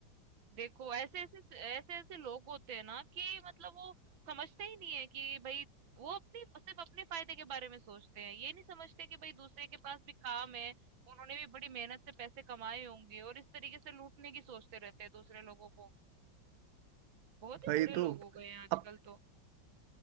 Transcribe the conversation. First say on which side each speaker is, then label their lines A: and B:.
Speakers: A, on the right; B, on the right.
A: देखो ऐसे ऐसे ऐसे ऐसे लोग होते हैं ना कि मतलब वो समझते ही नहीं है कि भाई वो अपनी सिर्फ अपने फायदे के बारे में सोचते हैं ये नहीं समझते कि भाई दूसरे के पास भी काम है उन्होंने भी बड़ी मेहनत से पैसे कमाए होंगे और इस तरीके से लूटने की सोचते रहते हैं दूसरे लोगों को बहुत ही
B: भाई
A: बुरे लोग
B: तो
A: हो गए हैं आजकल
B: अब
A: तो